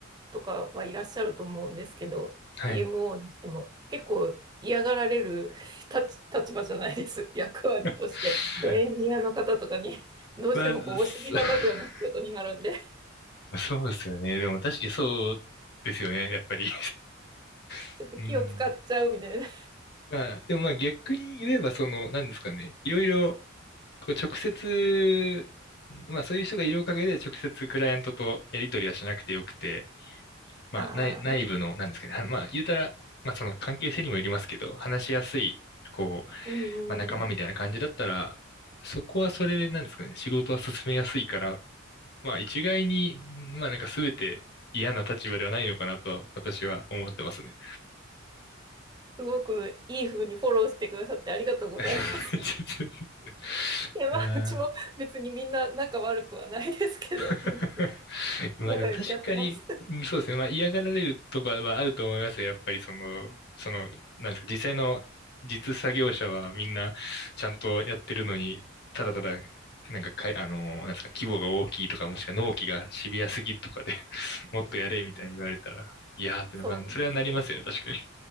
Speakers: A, on the right; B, on the left.
A: とかはいらっしゃると思うんですけど、
B: はい。
A: PMO にしても結構嫌がられる <laughs> 立ち、立場じゃないです。<laughs> 役割として。
B: <laughs>
A: そうエンジニアの方とかにどうしてもこうお尻叩くような仕事になるんで、
B: まあ、そ <laughs> まあそうですよね。でも確かにそうですよね。やっぱり。<laughs>
A: ちょっと気を使っちゃうみたいな。
B: うん。<laughs> まあ、でもまあ逆に言えば、その、なんですかね。いろいろ、こう直接、まあそういう人がいるおかげで直接クライアントとやり取りはしなくてよくて、まあ、
A: ああ、
B: 内、内部の、なんですかね、はまあ、言うたら、まあ、その関係性にもよりますけど、話しやすい、こう、
A: うんうんうん。
B: まあ、仲間みたいな感じだったら、そこはそれで、なんですかね、仕事は進めやすいから、まあ、一概に、まあ、なんか全て嫌な立場ではないのかなと、私は思ってますね。
A: すごくいい風にフォローしてくださってありがとうございます。
B: <laughs>
A: <laughs> いや、
B: いやー
A: まあ、うちも別にみんな仲悪くはないですけど、
B: <laughs>
A: 全然
B: まあでも確かに、
A: 仲良くやってます。
B: うんそうですね。まあ嫌がられるとかはあると思いますよ。やっぱりその、その、なんですか、実際の実作業者はみんなちゃんとやってるのに、ただただ、なんかかい、あの、なんですか、規模が大きいとか、もしくは納期がシビアすぎるとかで <laughs> もっとやれみたいに言われたら、
A: うん
B: いやーって、
A: そうなんですよね。
B: まあ、それはなりますよね、確かに。い